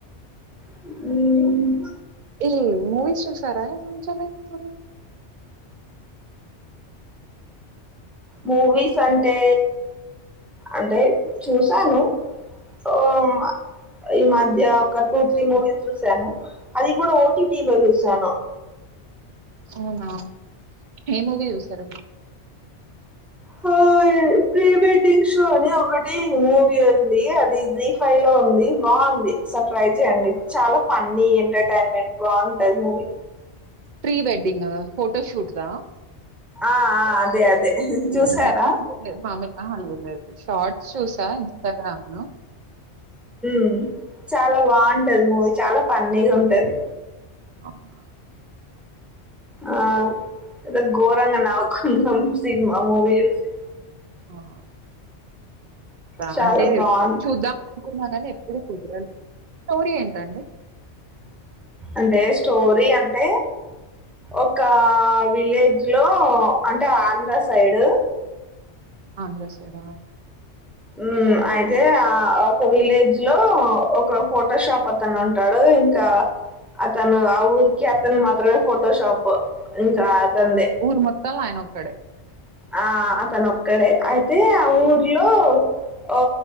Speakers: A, in the centre; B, on the right.
A: మ్మ్
B: ఏ మూవీస్ చూసారా కొంచెం ఏమన్ అద
A: మూవీస్ అంటే అంటే చూసాను ఓ అమ్మ ఈ మధ్య ఒక టూ త్రీ మూవీస్ చూశాను అది కూడా ఓ టి టి లో చూశాను
B: అవునా ఏ మూవీ చూసారు
A: హయ్ ప్రీ వెడ్డింగ్ షో అని ఒకటి మూవీ ఉంది అది జీ ఫైవ్ లో ఉంది బావుంది ఒకసారి ట్రై చేయండి చాలా ఫన్నీ ఏంట టైన్మెంట్ బాంటది మూవీ
B: ప్రీ వెడ్డింగ్ గదా ఫోటోషూట్ దా
A: ఆ ఆ అదే అదే
B: <unintelligible>
A: చూసారా
B: ఆహా లేదు లేదు షాట్ చూసా ఇన్స్టాగ్రామ్ లో
A: ఉమ్ చాలా బాగుంటది మూవీ చాలా ఫన్నీ గా ఉంటది
B: అవునా
A: ఆ ఏద ఘోరంగా నవ్వుకున్నాం సినిమా ఆ మూవీ చూసి
B: ఆ రా
A: చాలా
B: అంటే
A: బాగుంది
B: చూద్దాం అనుకున్నా గానీ ఎప్పుడు కుదరాలే స్టోరీ ఏంటండి అ
A: అంటే స్టోరీ అంటే ఒక విలేజ్ లో అంటే ఆంధ్ర సైడ్
B: ఆంధ్ర స్ క్కడ
A: ఉమ్ అయితే ఆ ఒక విలేజ్ లో ఒక ఫోటోషాప్ అతను ఉంటాడు ఇంకా అతను ఆ ఊరికి అతను మాత్రమే ఫోటో షాప్ ఇంకా అతనిదే
B: ఊరు మొత్తాలన ఆయన ఒక్కడే
A: ఆ అతను ఒక్కడే అయితే ఆ ఊర్లోఓ